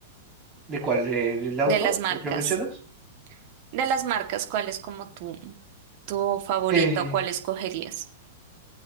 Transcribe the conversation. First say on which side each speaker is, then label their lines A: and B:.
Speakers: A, on the right; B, on the right.
A: ¿de cuál? ¿De- del auto?
B: De las marcas.
A: ¿El que mencionas?
B: De las marcas, ¿cuál es como tu, tu favorito?
A: Eh,
B: ¿Cuál escogerías?